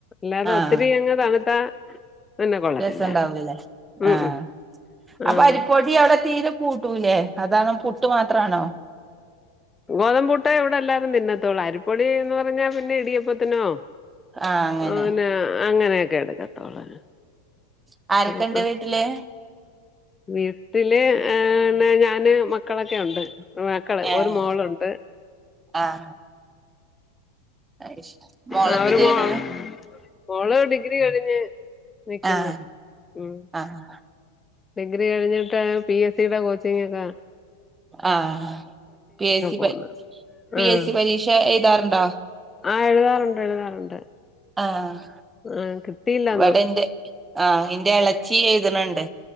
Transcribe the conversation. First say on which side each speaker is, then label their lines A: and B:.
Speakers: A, on the left; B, on the right.
A: ല്ലാതെ
B: ആഹ്
A: ഒത്തിരിയങ്ങ് തണുത്താ പിന്നെ കൊള്ളത്തില്ല
B: രസം ണ്ടാവൂലല്ലേ.
A: ഉം
B: ആഹ്
A: ഉം
B: അപ്പ
A: ആഹ്
B: അരിപ്പൊടി അവ്ടെ തീരെ കൂട്ടൂല്ലേ. അതാണം പുട്ട് മാത്രണോ?
A: ഗോതമ്പൂട്ടേ ഇവ്ടെല്ലാരും തിന്നത്തോള്ളൂ. അരിപ്പൊടി എന്ന് പറഞ്ഞാ പിന്നെ ഇടിയപ്പത്തിനോ
B: ആഹ് അങ്ങനെ
A: ഓഹ് ന്നാ അങ്ങനെയൊക്കെ എട്ക്കത്തോള്ള്
B: ആഹ് ആരൊക്കെണ്ട്
A: ആഹാ
B: വീട്ടില്
A: വീട്ട്ല് ഏഹ് ന്ന ഞാന് മക്കളൊക്കെ ഒണ്ട്. മക്കള്
B: ഏഹ്
A: ഒര് മോളൊണ്ട്
B: ആഹ് അ <unintelligible> മോളെന്ത്
A: ആ ഒരു
B: ചെയ്യ്ന്നേ?
A: മോൾ മോള് ഡിഗ്രി കഴിഞ്ഞ് നിക്ക്ന്ന്.
B: ആഹ്
A: മ്
B: ആഹ്
A: ഡിഗ്രി കഴിഞ്ഞിട്ട് പി എസ് സിടെ കോച്ചിംങ്ങൊക്കെ
B: ആഹ്. പി എസ് സി പ
A: പോന്നു
B: പി
A: ആഹ്
B: എസ് സി പരീക്ഷ എഴ്താറുണ്ടാ?
A: ആഹ്. എഴുതാറുണ്ട്. എഴുതാറുണ്ട്.
B: ആഹ്.
A: ആഹ് കിട്ടിയില്ലൊന്നും
B: വടെന്റെ ആഹ് ഇന്റെ എളച്ചീ എഴ്‌ത്‌ണ് ണ്ട്.